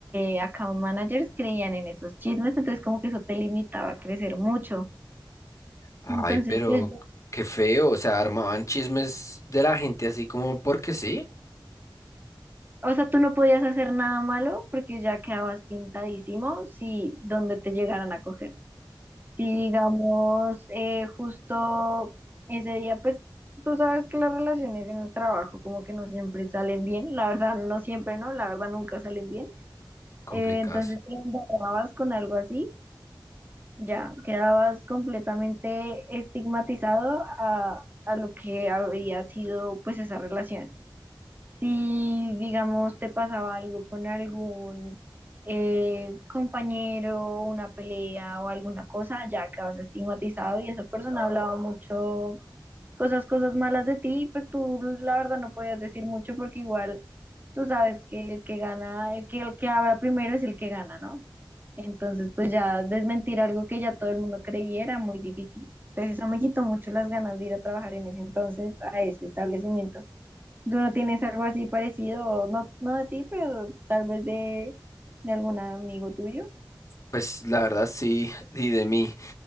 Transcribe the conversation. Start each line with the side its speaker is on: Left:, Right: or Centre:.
Right: eh, account managers, creían en esos chismes, entonces como que eso te limitaba a crecer mucho.
Left: Ay,
Right: Entonces,
Left: pero
Right: pues,
Left: qué feo, o sea, armaban chismes de la gente así como porque sí,
Right: o sea, tú no podías hacer nada malo porque ya quedabas pintadísimo si donde te llegaran a coger. Si digamos, eh, justo ese día, pues tú sabes que las relaciones en el trabajo como que no siempre salen bien, la verdad no siempre, ¿no? La verdad nunca salen bien.
Left: complicados.
Right: Eh, entonces, si embarrabas con algo así, ya quedabas completamente estigmatizado a, a lo que había sido pues esa relación. Si, digamos, te pasaba algo con algún eh, compañero, una pelea o alguna cosa, ya quedabas estigmatizado y esa persona hablaba mucho, cosas, cosas malas de ti, pues tú la verdad no podías decir mucho porque igual tú sabes que el que gana, el que, el que habla primero es el que gana, ¿no? Entonces, pues ya desmentir algo que ya todo el mundo creía era muy difícil. Entonces, eso me quitó mucho las ganas de ir a trabajar en ese entonces a ese establecimiento. ¿Tú no tienes algo así parecido? No, no de ti, pero tal vez de, de algún amigo tuyo.
Left: Pues la verdad sí, y de mí.